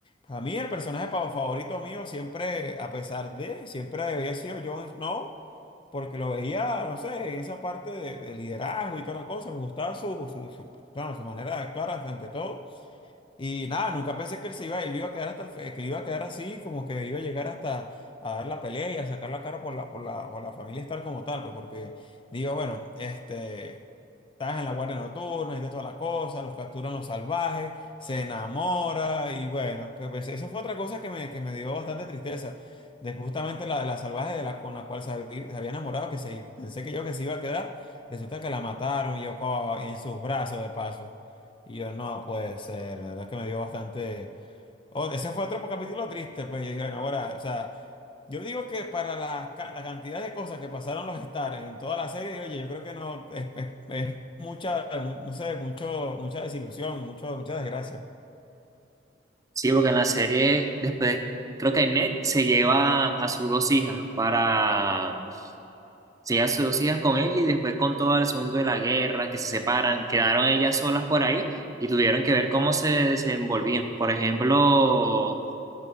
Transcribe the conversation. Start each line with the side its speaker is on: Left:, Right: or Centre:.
Left: Para mí el personaje pa- favorito mío siempre, a pesar de, siempre había sido Jon Snow, porque lo veía, no sé, en esa parte de, de liderazgo y toda la cosa, me gustaba su, su, su, bueno, su manera de actuar ante todo. Y nada, nunca pensé que él se iba, él iba a quedar hasta el fe- que iba a quedar así, como que iba a llegar hasta a dar la pelea y a sacar la cara por la, por la, por la familia estar como tal, pues porque digo, bueno, este, estás en la guardia nocturna, está toda la cosa, los capturan los salvajes, se enamora y bueno, pues, pues, eso fue otra cosa que me, que me dio bastante tristeza. De justamente la, la salvaje de la, con la cual se había, se había enamorado, que se, pensé que yo que se iba a quedar, resulta que la mataron y yo co- en sus brazos de paso. Y yo, no puede ser, la verdad que me dio bastante... Oh, ese fue otro capítulo triste, pues yo dije, bueno, ahora, o sea, yo digo que para la, ca- la cantidad de cosas que pasaron los Star en toda la serie, oye, yo creo que no, es, es- es mucha, mu- no sé, mucho, mucha desilusión y mucho, mucha desgracia.
Right: Sí, porque en la serie después creo que Ned se lleva a sus dos hijas para Sí, a dos hijas con él y después con todo el asunto de la guerra, que se separan, quedaron ellas solas por ahí y tuvieron que ver cómo se desenvolvían. Por ejemplo,